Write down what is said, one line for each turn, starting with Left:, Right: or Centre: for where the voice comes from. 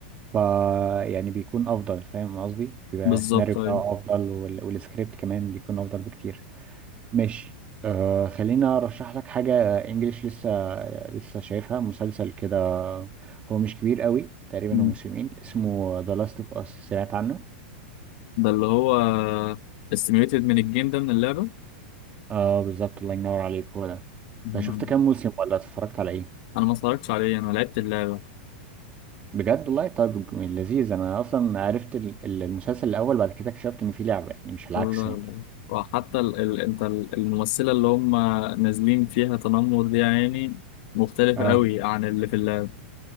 Right: ف يعني بيكون افضل فاهم قصدي بيبقى
Left: بالظبط
Right: السيناريو بتاعه
Left: ايوه
Right: افضل وال- والسكريبت كمان بيكون افضل بكتير ماشي آه خلينا ارشح لك حاجه انجليش لسه لسه شايفها مسلسل كده هو مش كبير قوي تقريبا
Left: مم.
Right: هو موسمين اسمه ذا لاست اوف اس سمعت عنه
Left: ده اللي هو استميوليتد من الجيم ده من اللعبه
Right: اه بالظبط الله ينور عليك هو ده
Left: مم.
Right: ده شفت كام موسم ولا اتفرجت على ايه
Left: انا ما اتفرجتش عليه انا لعبت اللعبه
Right: بجد والله طيب لذيذ انا اصلا عرفت ال- ال- المسلسل الاول بعد كده اكتشفت ان في لعبه يعني مش العكس
Left: لا لا.
Right: يعني.
Left: وحتى ال... ال... انت ال- الممثله اللي هم نازلين فيها تنمر دي يعني مختلفه
Right: اه
Left: قوي عن اللي في اللعبه